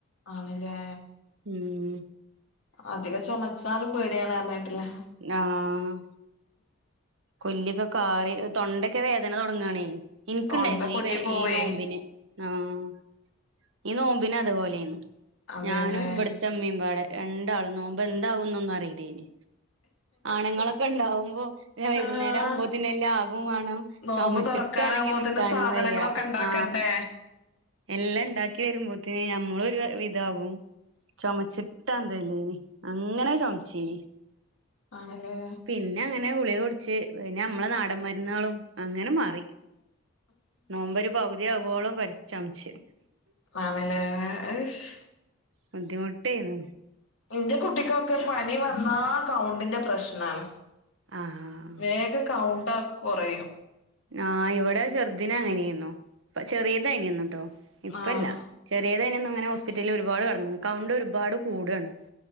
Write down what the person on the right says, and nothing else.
ഉം
ആഹ് കൊല്ലിക ഒക്കെ കാറി തൊണ്ടക്ക് വേദന തുടങ്ങുവാണേ എനിക്കുണ്ടായിരുന്നു
ഈ വെ
ഈ നോമ്പിന് ആഹ് ഈ നോമ്പിന് അതുപോലെയാണ്
ഞാനും ഇവിട് ത്തമ്മിയും വേടെ രണ്ടാളും നോമ്പെന്താവുന്നൊന്നും അറിയില്ലേന് ആണുങ്ങളൊക്കെ ഉണ്ടാാവുമ്പോ വൈകുന്നേരം
ആകുമ്പോത്തേന് എല്ലാം ആകും വേണം
ചൊമച്ചിട്ടാണെങ്കി
നിക്കാനും
വയ്യ
ആ എല്ലാം ഇണ്ടാ ക്കി വരുമ്പോത്തേന് നമ്മളൊരു വിധാവും ചൊമച്ചിട്ടാന്തല്ലീനി അങ്ങനെ ചോമച്ചേനി
പിൻ ന്നെ അങ്ങനെ ഗുളിക കുടിച്ച് പിന്നെ നമ്മളെ നാടൻ മരുന്ന്കളും അങ്ങനെ മാറി നോമ്പൊരു പൗതി ആവോളം കൊരച്ച് ചൊമച്ച്
ബുദ്ധിമുട്ടേനു
ആഹ്
ആ ഇവിടെ ചെറുദിനെ അങ്ങനെയാന്നു ഇപ്പ ചെറിയ പനി വന്നിട്ടും ഇപ്പല്ല
ചെറിയതാനന്നങ്ങനെ ഹോസ്പിറ്റലിൽ ഒരുപാട് കെടന്നാണ് കൗണ്ട് ഒരുപാട് കൂടാണ്